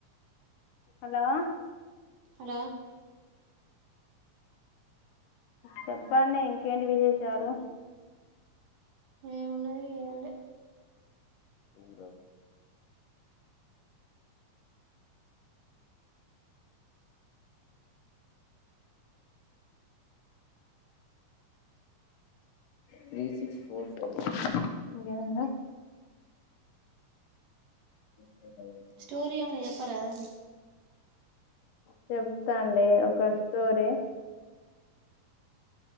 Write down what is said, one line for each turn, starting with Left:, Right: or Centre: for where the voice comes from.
Left: హలో
Right: హలో
Left: చెప్పండి ఇంకేంటి విశేషాలు
Right: ఏమున్నది ఏం లే
Left: ఊరు <inaudible> త్రి సిక్స్ ఫోర్ ఫైవ్ డ <unintelligible> <inaudible>
Right: స్టోరీ ఏమన్నా చెప్పారాదండి
Left: చెప్తాండి ఒక స్టోరీ